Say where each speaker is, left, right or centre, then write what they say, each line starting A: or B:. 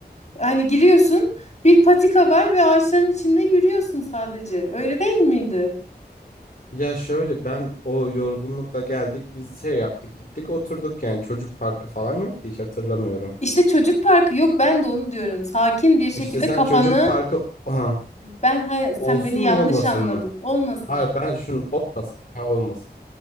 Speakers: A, on the left; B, on the left.
A: Hani giriyorsun bir patika var ve ağaçların içinde yürüyorsun sadece. Öyle değil miydi?
B: Ya şöyle ben o yorgunlukla geldik biz şey yaptık gittik oturduk yani çocuk parkı falan yoktu hiç hatırlamıyorum.
A: İşte çocuk parkı yok ben de onu diyorum. Sakin bir şekilde
B: İşte sen
A: kafanı
B: çocuk parkı aha,
A: ben he, sen
B: olsun
A: beni yanlış
B: mu olmasın
A: anladın
B: mı?
A: olmasın.
B: Hayır ben şunu olmasın ha, olmasın.